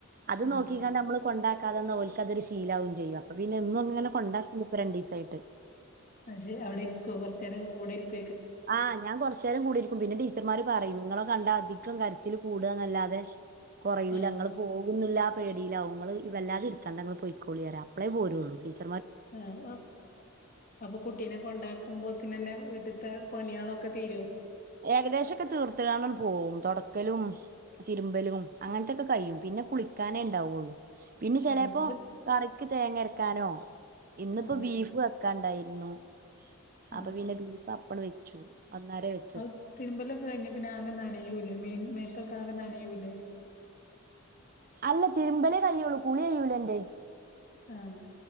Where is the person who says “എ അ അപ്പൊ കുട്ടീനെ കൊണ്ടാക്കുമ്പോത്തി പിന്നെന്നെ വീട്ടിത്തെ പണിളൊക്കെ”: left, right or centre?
Left